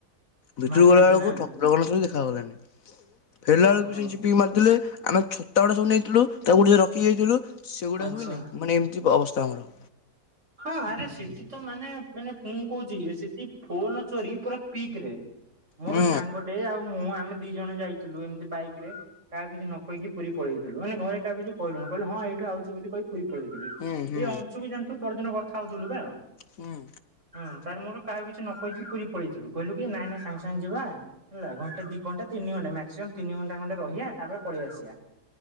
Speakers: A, on the left; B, on the right.
A: ଭିତରୁ
B: ମାରିଦେଲେ
A: ଗଲା ବେଳକୁ
B: ନା
A: ଠାକୁରଗୁଡା ସବୁ ଦେଖାଗଲାଣି ଫେରିଲା
B: ଓହୋ
A: ବେଳକୁ ସେ ଚିପିକି ମାରିଲେ ଆମେଛୋଟ - ତାଡ଼ ସବୁ ନେଇଥିଲୁ ତାକୁ ଟିକିଏ ରଖି ଦେଇଥିଲୁ। ସେଗୁଡ଼ାକ
B: ଆଚ୍ଛା।
A: ବି ନାହିଁ ମାନେ ଏମିତି ଅବସ୍ଥା ଆମର-
B: ହଁ ଆରେ ସେଠି ତ ମାନେ ମାନେ ମୁଁ କଉଚି ସେଠି ଫୋନ ଚୋରି ପୁରା ପିକ ରେ ମୋର
A: ହୁଁ
B: ସାଙ୍ଗଟେ ଆଉ ମୁଁ ଆମେ ଦି ଜଣ ଯାଇଥିଲୁ ଏମିତି ବାଇକ ରେ କାହାକୁ କିଛି ନ କହିକି ପୁରୀ ପଳେଇଥିଲୁ। ମାନେ ଘରେ କାହାକୁ କିଛି କହିନଥିଲୁ। କହିଲୁ ହଁ ଏଇଠୁ ଆଉଚୁ ବୋଲି କହିି- ପୁରୀ ପଳେଇଥିଲୁ
A: ହୁଁ ହୁଁ
B: ଏଇ ଅଂଞ୍ଚୁ ବି ଜାଣିୁଥିବୁ ପଡଦିନ କଥା ହଉଥିଲୁ ବା
A: ହୁଁ।
B: ହଁ ତାର ମୋର କାହାକୁ କିଛି ନ କହିକି ପୁରୀ ପଳେଇଥିଲୁ କହିଲୁ କି ନାଇଁ ନାଇଁ ସାଙ୍ଗେ ସାଙ୍ଗେ ଯିବା। ହେଲା ଘଣ୍ଟେ ଦି ଘଣ୍ଟା ତିନି ଘଣ୍ଟା ମାକ୍ସିମମ୍ ତିନି ଘଣ୍ଟା ଖଣ୍ଡେ ରହିବା ତାପରେ ପଳେଇ ଆସିବା।